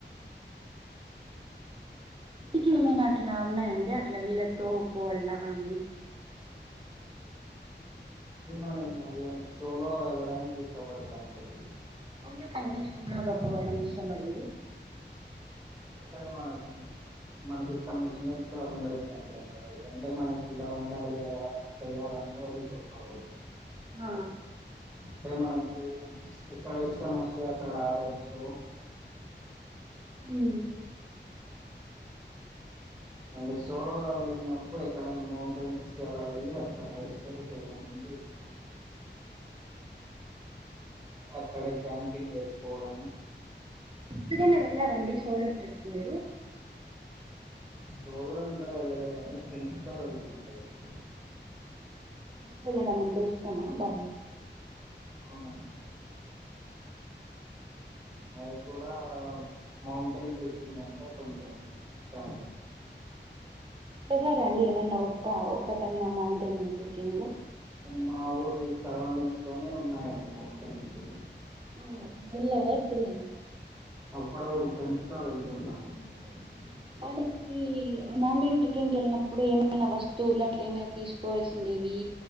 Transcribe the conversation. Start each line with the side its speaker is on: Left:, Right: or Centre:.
Right: ఇంటికెమైనా అట్లా ఉన్నాయండి అట్లా వీళ్ళ తో పోల్ల అని
Centre: అల ఏమ్ లే సోలో వెళడానికి ఇష్టపడతంతే
Right: ఎందుకండి సో <unintelligible> ఇష్టం పడేది
Centre: టె మనమ్ మనకి ఇష్టం ఒచ్చినట్లు ఉండొచ్చండి అక్కడ అంటె మనకిలా ఉండాలి అలా చెయ్యాలని ఎవరు చెప్పరు
Right: ఆ
Centre: టె మనకు ఎక్కడ ఇష్టం ఒస్తే అక్కడ అగోచ్చు
Right: హమ్
Centre: అండ్ సోలోగా వెళ్ళినప్పుడు ఎక్కడైనా మౌంటైన్స్ కి అలా వెళ్ళి అక్కడ స్టే చేడం అంటె ఇష్టం అక్కడే క్యాంపింగ్ వెస్కోడం
Right: ఎప్పుడైనా వెళ్ళారండి సోలో ట్రిప్ మీరు
Centre: సోలో ఇంక వెళ్ళలేదండి ఫెండ్స్ తో వెళ్తూంట ఎక్కువ
Right: తోయల్లడం మంటె ఇష్టమా బాగ
Centre: అవునండి అది కూడా మౌంటెన్ ట్రెక్కింగ్ అంటే కొంచెం చా
Right: సారా అండి ఏమన్నా ఒక్క ఒక్క ఎన్న మౌంటెన్ ట్రిక్కింగు
Centre: మా ఊరు సరౌండింగ్స్ లోనే ఉన్నాయండి మౌంటైన్స్
Right: ఆ వెళ్లార ఎప్పుడైన
Centre: ప్పుడు ఫ్రండ్స్ తో వెళ్తుంటాం మండి అక్కడికి
Right: దనికీ మౌంటైన్ ట్రెక్కింక్కి ఎళ్ళినప్ ప్పుడు ఏమైన వస్తువులు అట్లా ఏమైనా తీసుకోవాల్సిందేవి